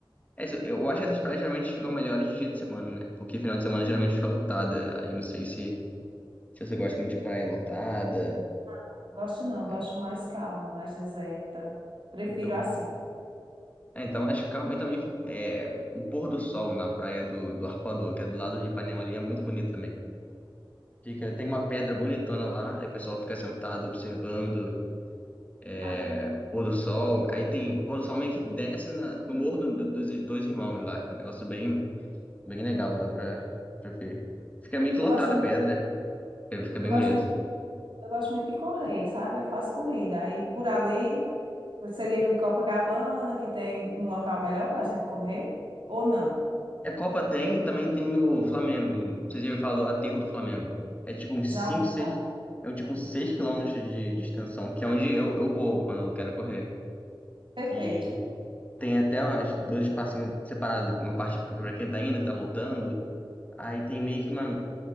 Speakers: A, on the left (about 15°); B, on the right (about 65°).
A: é isso, eu acho que essas praias geralmente ficam melhores de dia de semana, né? Porque final de semana geralmente fica lotada. Aí não sei se, se você gosta muito de praia lotada.
B: não gosto não,
A: É.
B: gosto mais calma, mais deserta. Prefiro
A: Então,
B: assim.
A: É, então, mas calma. E também é, o pôr do sol na praia do, do Arpoador, que é do lado de Ipanema ali, é muito bonito também. Fica, tem uma pedra bonitona lá, aí o pessoal fica sentado observando é,
B: Ah,
A: o pôr do sol. Aí tem o pôr do sol meio que desce na- no morro do- do- dos dois irmãos lá. É um negócio bem, bem legal, dá pra, pra ver. Fica meio que
B: eu
A: lotada
B: gosto muito,
A: a pedra, fica fica bem
B: eu gosto
A: bonito.
B: muito. Eu gosto muito de correr, sabe? Eu faço corrida. Aí por ali seria em Copacabana, que tem um local melhor para a gente correr, ou não?
A: É Copa tem e também tem no Flamengo. Não sei se eu falar do aterro do Flamengo. É tipo uns
B: Já
A: 5,
B: ouvi
A: 6.
B: falar
A: É um tipo uns 6 quilômetros de, de extensão, que é onde eu, eu corro quando eu quero correr.
B: perfeito.
A: E tem até umas, dois espacinhos separados, uma parte pra quem tá indo, e tá voltando. Aí tem meio que uma.